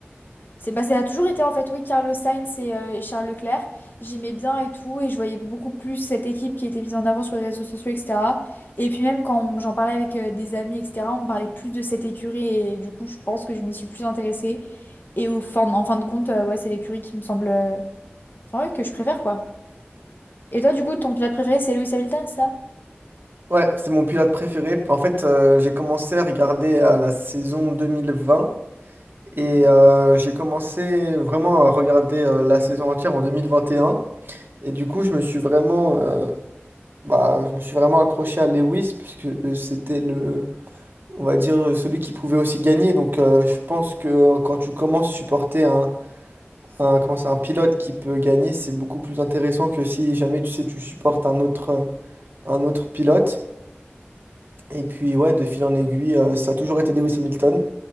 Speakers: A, on the left (about 50°); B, on the right (about 55°).
A: c'est, bah, ça a toujours été en fait, oui, Carlos Sainz et, euh, et Charles Leclerc. J'aimais bien et tout, et je voyais beaucoup plus cette équipe qui était mise en avant sur les réseaux sociaux, etc. Et puis même quand j'en parlais avec euh, des amis, etc., on me parlait plus de cette écurie, et du coup, je pense que je m'y suis plus intéressée. Et au fin, en fin de compte, euh, ouais, c'est l'écurie qui me semble, euh, enfin, ouais, que je préfère, quoi. Et toi, du coup, ton pilote préféré, c'est Lewis Hamilton, ça?
B: Ouais, c'est mon pilote préféré. En fait, euh, j'ai commencé à regarder à la saison 2020 et euh, j'ai commencé vraiment à regarder euh, la saison entière en 2021. Et un. Et du coup, je me suis vraiment euh, Bah, je me suis vraiment accroché à Lewis parce que euh, c'était le, on va dire, euh, celui qui pouvait aussi gagner. Donc, euh, je pense que euh, quand tu commences à supporter un, un, comment ça, un pilote qui peut gagner, c'est beaucoup plus intéressant que si jamais tu sais, tu supportes un autre, euh, un autre pilote. Et puis, ouais, de fil en aiguille, euh, ça a toujours été Lewis Hamilton.